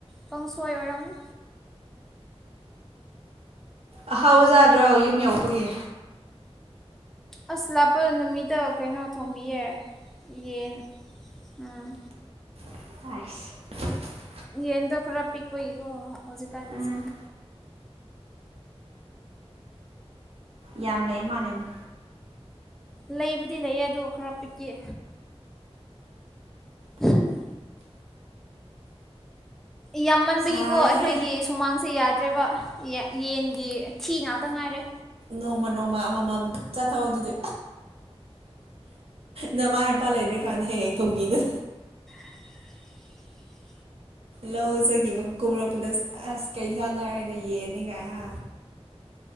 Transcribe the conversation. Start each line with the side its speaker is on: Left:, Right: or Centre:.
Centre: ꯀꯥꯡꯁꯣꯢ ꯑꯣꯏꯔꯝꯅꯤ
Right: ꯑꯍꯥꯎꯕ ꯖꯥꯗ꯭ꯔꯣ ꯌꯨꯝ ꯌꯧꯕꯒꯤ
Centre: ꯑꯁ ꯂꯥꯛꯄ ꯅꯨꯃꯤꯠꯇ ꯀꯩꯅꯣ ꯊꯣꯡꯕꯤꯌꯦ ꯌꯦꯟ ꯎꯝ
Right: ꯑꯩꯁ
Centre: ꯌꯦꯟꯗꯣ ꯈꯔ ꯄꯤꯛꯄꯒꯤꯀꯣ ꯍꯧꯖꯤꯛꯀꯥꯟꯒꯤꯁꯦ
Right: ꯎꯝ ꯌꯥꯝ ꯂꯩ ꯃꯥꯟꯂꯩꯅꯦ
Centre: ꯂꯩꯕꯨꯗꯤ ꯂꯩꯌꯦ ꯑꯗꯣ ꯈꯔ ꯄꯤꯛꯑꯦ ꯎꯝ ꯌꯥꯝꯃꯟꯕꯒꯤꯀꯣ
Right: ꯁꯥꯏꯍꯦ
Centre: ꯑꯩꯈꯣꯏꯒꯤ ꯁꯨꯃꯥꯡꯁꯦ ꯌꯥ ꯗ꯭ꯔꯦꯕ ꯌꯦꯟꯒꯤ ꯊꯤ ꯉꯥꯛꯇ ꯉꯥꯏꯔꯦ
Right: ꯅꯣꯡꯃ ꯅꯣꯡꯃ ꯑꯃꯃꯝ ꯆꯠꯊꯣꯑꯣ ꯑꯗꯨꯗꯤ ꯅꯃꯥ ꯃꯄꯥ ꯂꯩꯗ꯭ꯔꯀꯥꯟꯗ ꯍꯦꯛ ꯍꯦꯛ ꯊꯣꯡꯕꯤꯒꯦ
Centre: <unintelligible>
Right: ꯂꯧꯖꯒꯤꯕ ꯀꯨꯝꯔꯛꯄꯗ ꯑꯁ ꯀꯩ ꯖꯥꯡꯅꯣ ꯍꯥꯏꯔꯒ ꯌꯦꯅꯤ ꯀꯥꯏ ꯍꯥ